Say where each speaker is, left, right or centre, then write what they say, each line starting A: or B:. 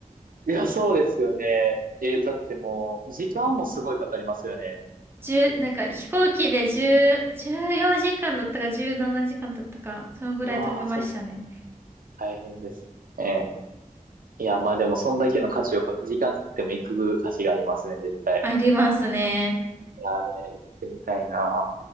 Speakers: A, on the right (about 80°); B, on the right (about 15°).
A: いや、そうですよね。え、だってもう、時間もすごいかかりますよね。
B: 1なんか飛行機で10、14時間だったか17時間だったか、そのぐらい飛びましたね。
A: うわー、そ、大変です。ええ。いや、まあでも、そんだけの価値をかけ、時間かけても行く価値がありますね、絶対。
B: ありますね。
A: いやーね、行ってみたいな。